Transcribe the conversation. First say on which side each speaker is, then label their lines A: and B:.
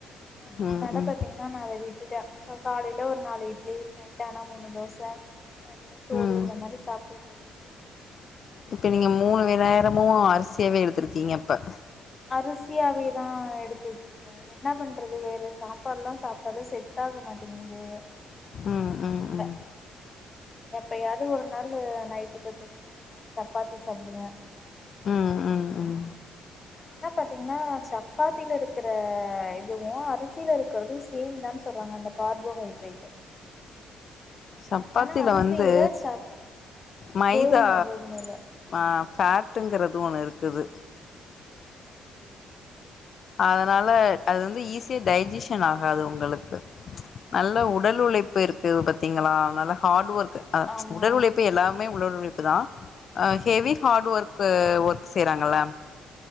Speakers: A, on the left; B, on the left.
A: ஆ அதுனால
B: ம் ம்
A: பாத்தீங் ன்னா நா அத விட்டுட்டே இப்ப காலையில ஒரு நாலு இட்லி நைட்டு ஆனா மூணு தோச மதியோ சோறு
B: ம்
A: இந்த மாரி சாப்டுப்பே
B: இப்ப நீங்க மூணு வே நேரமு அரிசியாவே எடுத்திருக்கீங்க இப்ப
A: அரிசியாவேதா எடுத்துட்டு இருக்க என்ன பண்றது வேற சாப் இப்பெல்லா சாப்ட்டாலு செட் ஆக மாட்டேங்குது
B: ம்
A: அதனால
B: ம் ம்
A: எப்பயாது ஒரு நாள் நைட்டு பாத்தீங்கன்னா சப்பாத்தி சாப்டுவ
B: ம் ம் ம்
A: என்ன பாத்தீங்கன்னா சப்பாத்தில இருக்குற இதுவு அரிசில இருக்குறது சேம் தான் சொல்றாங்க அந்த கார்போஹைட்ரேட்
B: சப்பாத்தில
A: ஆனா அரிசிய
B: வந்து
A: விட சப்
B: மைதா
A: கோதும கோதுமைல
B: ஆ ஃபேக்டுங்கறது ஒன்னு இருக்குது அதனால அது வந்து ஈஸியா டைஜிஷன் ஆகாது உங்களுக்கு நல்ல உடல் உழைப்பு இருக்கு பாத்தீங்களா நல்ல ஹார்ட் ஒர்க் அ
A: ஆமா
B: உடல் உழைப்பு எல்லா மே உழல் உழப்பு தா ஹெவி ஹார்ட் ஒர்க்கு ஒர்க் செய்யறாங்கள